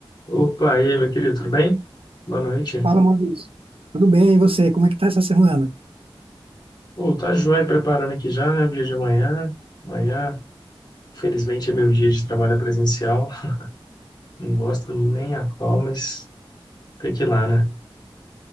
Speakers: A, on the left; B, on the right.
A: Opa, e aí, meu querido, tudo bem? Boa noite.
B: Fala, Maurício. Tudo bem, e você? Como é que tá essa semana?
A: Pô, tá joia preparando aqui já, né? Dia de amanhã. Amanhã, felizmente, é meu dia de trabalho presencial. Não gosto nem a qual, mas tem que ir lá, né?